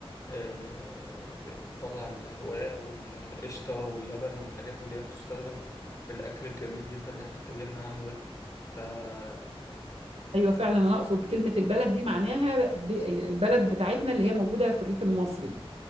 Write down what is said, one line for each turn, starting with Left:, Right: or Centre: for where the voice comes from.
Left: آه، ب- بتطلع الرواق والقشطة واللبن والحاجات اللي هي بتستخدم في الأكل الجميل جدا اللي احنا اتكلمنا عنه ده فا
Right: ايوه فعلا انا اقصد كلمه البلد دي معناها ب- البلد بتاعتنا اللي هي موجوده في الريف المصري